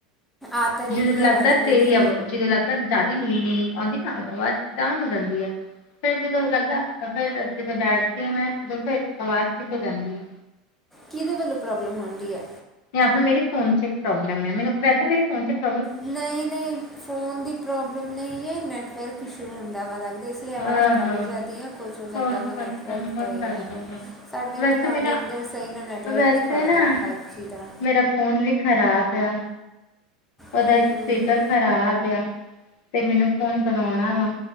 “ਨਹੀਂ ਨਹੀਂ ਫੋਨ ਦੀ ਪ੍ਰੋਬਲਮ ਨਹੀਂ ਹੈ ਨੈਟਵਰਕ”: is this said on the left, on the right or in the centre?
Centre